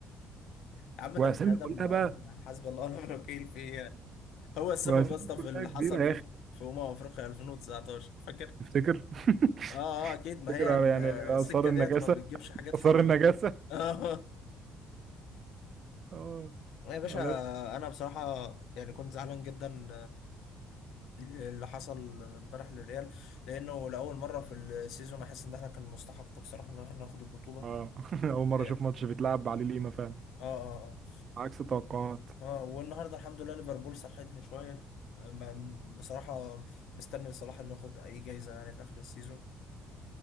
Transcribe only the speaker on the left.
يا عم
ده بني ادم
آه،
حسبي الله ونعم الوكيل فيه هو السبب
يا اسطى
في اللي
حصل في
في امم افريقيا 2019 فاكر
اه اه اكيد
ما هي
ال-
السكه
ديت ما بتجيبش حاجات
حلوه
<laughs>
يا باشا
انا بصراحه يعني كنت زعلان جدا اللي حصل امبارح للريال لانه لاول مره في السيزون احس ان احنا كان مستحق بصراحه ان احنا ناخد البطوله
اه
اه اه
اه آه، والنهارده الحمد لله ليفربول صحتني شويه ما- بصراحه مستني صلاح انه ياخد اي جايزه يعني في اخر السيزون